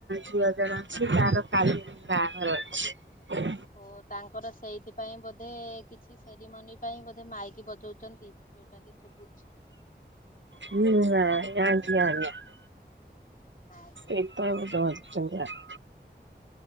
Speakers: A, on the right; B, on the left.
A: ଝିଅ ଜଣ ଅଛି ତାର କାଲି ବାଘର ଅଛି।
B: ଓ ତାଙ୍କର ସେଇଥିପାଇ ବୋଧେ କିଛି ସେରିମନି ପାଇଁ ବୋଧେ ମାଇକି ବଜଉଛନ୍ତି ଯୋଉଟା କି ସୁବୁଛି।
A: ହୁଁ ନା। <unintelligible>
B: ଆଜ୍ଞା
A: ଏଇ ତ ଏବେ ଜା ଚନ୍ଦ୍ରା <inaudible>